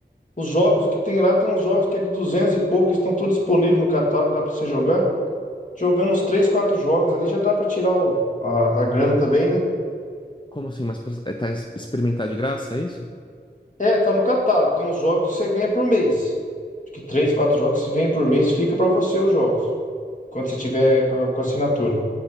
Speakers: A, on the left; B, on the left.
A: Os jogos que tem lá, tem uns jogos que é de 200 e pouco, estão todos disponíveis no catálogo, dá pra você jogar. Jogando uns 3, 4 jogos ali, já dá pra tirar o- a, a grana também, né?
B: Como assim? Mas pra- é, tá es- experimentar de graça, é isso?
A: É, tá no catálogo. Tem uns jogos que você ganha por mês. Acho que três, quatro jogos que vem por mês, fica pra você os jogos. Quando você tiver com a, com a assinatura.